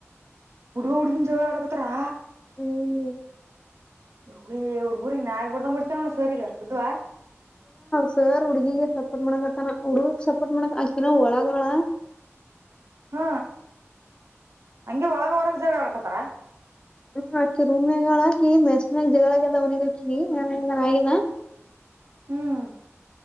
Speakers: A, on the right; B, on the left.
A: ಹುಡುಗ ಹುಡುಗಿಿನ ಜವ ಅಡಗತತ್ರಾ
B: ಹ್ಮ್
A: ಹೇ ಹುಡ್ಗೂಗ್ ನಾಯಗ್ ಹೊಡದಂಗ ಬಿಡ್ತನ ನೋ ಸರಿಗ ಬುದದ್ವಾ
B: ಸರ್ ಹುಡ್ಗಿಿಗೆ ಸಪೋರ್ಟ್ ಮಾಡಕತ್ತಾನ ಹುಡುಗಿಗ್ ಸಪೋರ್ಟ್ ಮಾಡಕ ಅಕಿನ ಒಳಗಳ
A: ಹ್ಮ ಹಂಗೆ ಒಳಗ ಹೊರಗ ಜಾಗ ಒಳ್ಕತ್ತಾರ
B: ಹ್ಮ್ ಅಕ್ಕಿ ರೂಮ್ಗಳಕಿ ಮೆಸ್ಗ ಜಗಳಾಗದ ಅವನಿಗಕಿ ನಾಗ ಆಗಿದ
A: ಹ್ಮ್